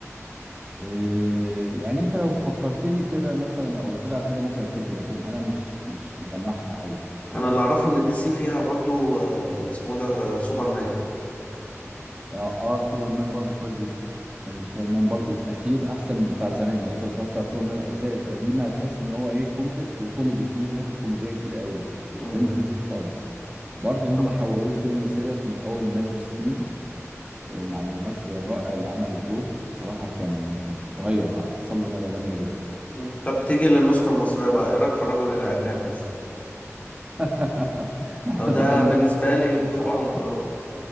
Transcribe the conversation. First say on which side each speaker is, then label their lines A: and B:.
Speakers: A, on the right; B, on the left.
A: إيه يعني انت لو فكرتني كده مثلا او طلع على حاجه ممكن افتكر لكن انا مش مش مجمعها قوي يعني
B: انا اللي اعرفه ان دي سي فيها برضو آه، اسمه ده آه، سوبرمان
A: اه اه سوبرمان برضو كويس جدا يعني سوبرمان برضو الاخير احسن من بتاع زمان يعني انت لو اتفرجت على سوبرمان الاجزاء القديمه هتحس ان هو ايه كوميك وكوميدي فيه حتت كوميديه كتير قوي
B: مم.
A: فيلم خفيف خالص برضو هم
B: طب
A: حولوه لفيلم سيريس من اول مان اوف ستيل مع الممثل الرائع اللي عمل الدور بصراحه كان آه، اتغير حصل له نقله جامده جدا
B: مم. طب تيجي للنسخة المصرية بقى ايه رأيك في الرجل العناب مثلا
A: <laughs> احنا
B: أو ده
A: دخلنا
B: بالنسبة لي بخبرهم
A: آه،
B: كلهم